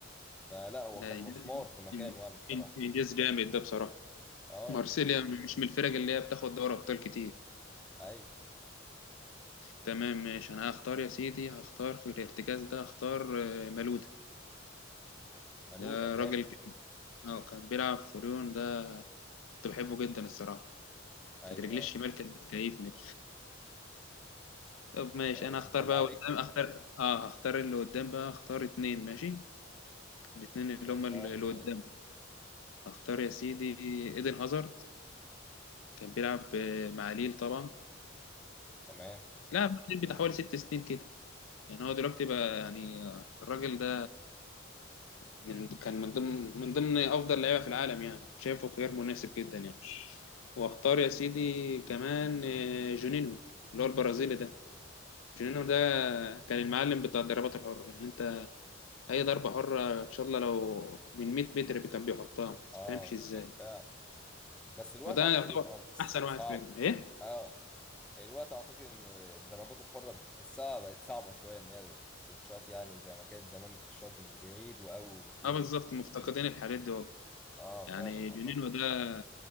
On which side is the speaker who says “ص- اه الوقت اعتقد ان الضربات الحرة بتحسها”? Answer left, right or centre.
Centre